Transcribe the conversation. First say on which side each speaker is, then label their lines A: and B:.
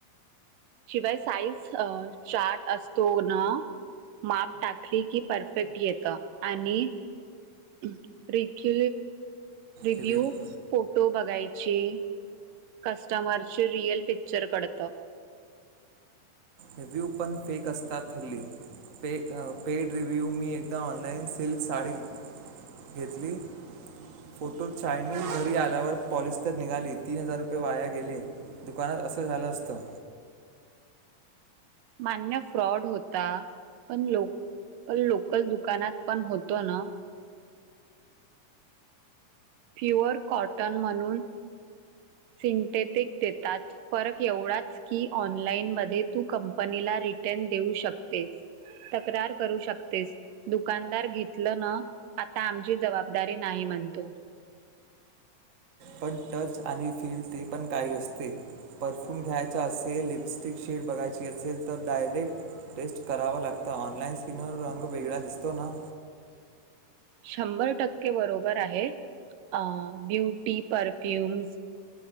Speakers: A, on the right (about 75°); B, on the right (about 55°).
A: शिवाय साईज अ चार्ट असतो ना माप टाकली की परफेक्ट येत आणि <unintelligible> थ रिव्यू
B: रिव्ह्यू
A: फो तो बघायचे कस्टमरचे रिअल पिक्चर कडत.
B: रिव्यू पन फेक कस्तात त हल्ली पे पेड रिव्ह्यू मी एक ऑनलाईन सिल्क साडी घेतली फोटो चाायनी घरी आल्यावर पॉलिस्टर निघाली तीन हजार रुपये वाया गेले दुकानात असं झालं असतं.
A: मान्य फ्रॉड होता पण पण लोकल दुकानात पण होतो ना? प्युअर कॉटन म्हणून सिंटेटिक देतात फरक एवढाच की ऑनलाईन मध्ये तू कंपनीला रिटर्न देऊ शकतेतक्रार करू शकते दुकानदार घेतलं न आता आमची जबाबदारी नाही म्हणतो.
B: पण टच आणि फील ते पण काही असते परफ्यूम घ्यायचा असेल लिपस्टिक शेड बघायची असेल तर डायरेक्ट टेस्ट करावा लागत ऑनलाइन स्किनवर रंग वेगळा दिसतो ना.
A: शंभर टक्के बरोबर आहे अ ब्युटी परफ्युम्स.